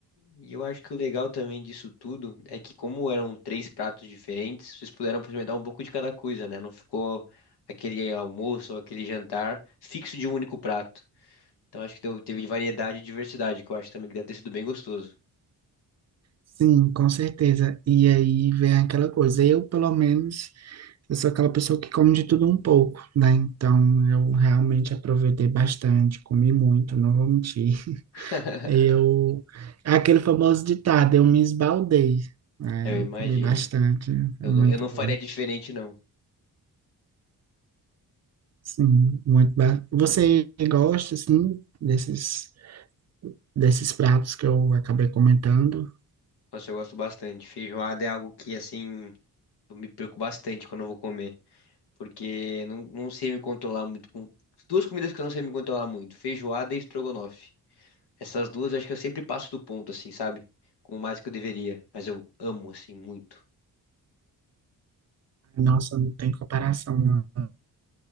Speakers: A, on the left; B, on the right.
A: E eu acho que o legal também disso tudo é que, como eram três pratos diferentes, vocês puderam experimentar um pouco de cada coisa, né? Não ficou aquele almoço ou aquele jantar fixo de um único prato. Então acho que deu- teve variedade e diversidade, que eu acho também que deve ter sido bem gostoso.
B: Sim, com certeza. E aí vem aquela coisa. Eu, pelo menos, eu sou aquela pessoa que come de tudo um pouco, né? Então, eu realmente aproveitei bastante, comi muito, não vou mentir.
A: <laughs>
B: Eu, é aquele famoso ditado, eu me esbaldei. É,
A: Eu
B: eu
A: imagino.
B: comi bastante, é
A: Eu
B: muito
A: não, eu não
B: bom.
A: faria diferente, não.
B: Sim, muito bom. Você gosta, assim, desses, desses pratos que eu acabei comentando?
A: Nossa, eu gosto bastante. Feijoada é algo que, assim, eu me perco bastante quando eu vou comer. Porque eu não, não sei me controlar muito com. Duas comidas que eu não sei me controlar muito: feijoada e estrogonofe. Essas duas eu acho que eu sempre passo do ponto, assim, sabe? Como mais que eu deveria. Mas eu amo, assim, muito.
B: Nossa, não tem comparação. Uma,